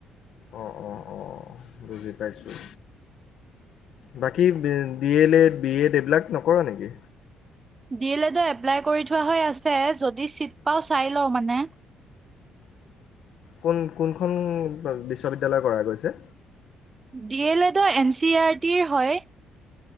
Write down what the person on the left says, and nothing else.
অ-অ-অ বুজি পাইছোঁ, বাকী D El Ed, B El Ed এইবিলাক নকৰ নেকি?
কোন-কোনখন বিশ্ববিদ্যালয় কৰা গৈছে?